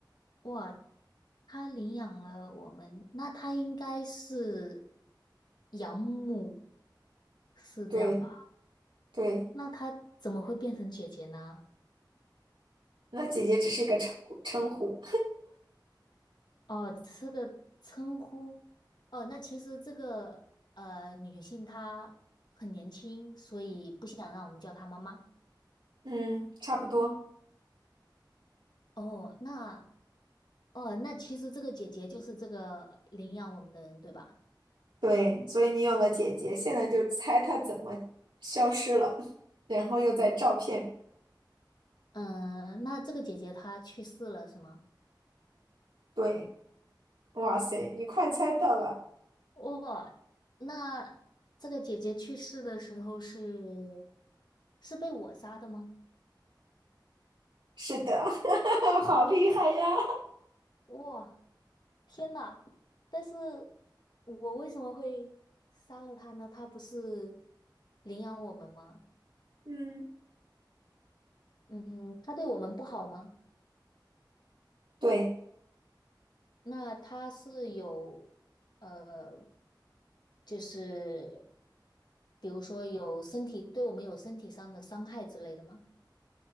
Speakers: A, on the left (about 65°); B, on the right (about 85°).
A: 哇，他领养了我们，那他应该是养母，是这样吧？
B: 对对，
A: 那他怎么会变成姐姐呢？
B: 那姐姐只是一个称呼称呼，
A: 哦，只是个称呼。哦，那其实这个呃女性她很年轻，所以不想让我们叫她妈妈。
B: 嗯，差不多，
A: 哦，那哦，那其实这个姐姐就是这个领养我们的人，对吧？
B: 对，所以你有了姐姐，现在就猜她怎么消失了，<laughs> 然后又在照片里，
A: 嗯，那这个姐姐她去世了是吗？
B: 对。哇塞，你快猜到了，
A: 哦，那这个姐姐去世的时候是是被我杀的吗？
B: 是的，<laughs> 好厉害呀
A: 哇，天呐！但是我为什么会杀了他呢？他不是领养我们吗？
B: <laughs>！嗯，
A: 嗯，他对我们不好吗？
B: 对，
A: 那他是有，呃，就是比如说有身体，对我们有身体上的伤害之类的吗？